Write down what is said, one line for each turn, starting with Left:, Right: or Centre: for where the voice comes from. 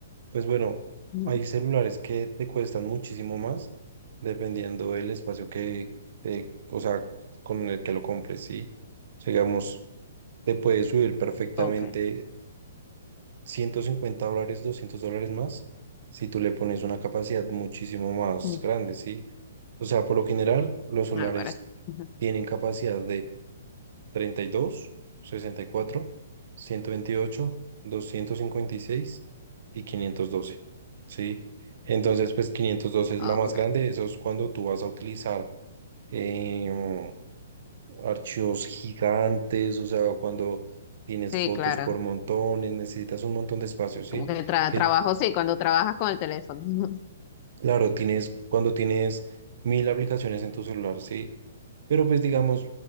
Right: pues bueno,
Left: Ujú.
Right: hay celulares que te cuestan muchísimo más dependiendo del espacio que, eh, o sea, con el que lo compres, ¿sí? O sea, digamos, te puede subir perfectamente
Left: Ok.
Right: 150 dólares, 200 dólares más si tú le pones una capacidad muchísimo más
Left: Mm.
Right: grande, ¿sí? O sea, por lo general, los celulares
Left: Ahora. Ujú.
Right: tienen capacidad treinta y dos, sesenta y cuatro, ciento veintiocho, doscientos cincuenta y y seis y quinientos doce, ¿Sí? Entonces, pues 512 es
Left: Ah,
Right: la más
Left: ok.
Right: grande. Eso es cuando tú vas a utilizar em, archivos gigantes, o sea, cuando tienes
Left: Sí,
Right: fotos
Left: claro.
Right: por montones, necesitas un montón de espacio, ¿sí?
Left: Como que tra-
Right: Que
Left: trabajo, sí, cuando trabajas con el teléfono. <laughs>
Right: claro, tienes cuando tienes mil aplicaciones en tu celular, ¿sí? Pero pues digamos,